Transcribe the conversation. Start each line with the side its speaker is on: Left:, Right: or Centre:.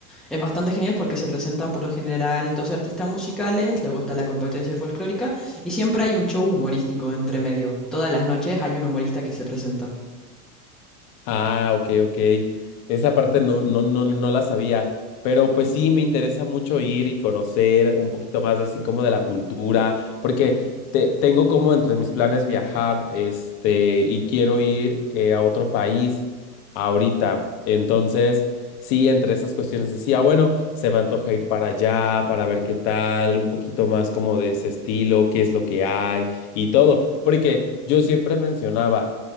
Centre: Es bastante genial porque se presentan por lo general dos artistas musicales, luego está la competencia folclórica y siempre hay un show humorístico entre medio. Todas las noches hay un humorista que se presenta.
Left: Ah, ok, ok. Esa parte no, no, no, no la sabía, pero pues sí, me interesa mucho ir y conocer un poquito más así como de la cultura, porque te- tengo como entre mis planes viajar, este, y quiero ir eh, a otro país ahorita. Entonces, sí, entre esas cuestiones decía, bueno, se me antoja ir para allá, para ver qué tal, un poquito más como de ese estilo, qué es lo que hay y todo, porque yo siempre mencionaba,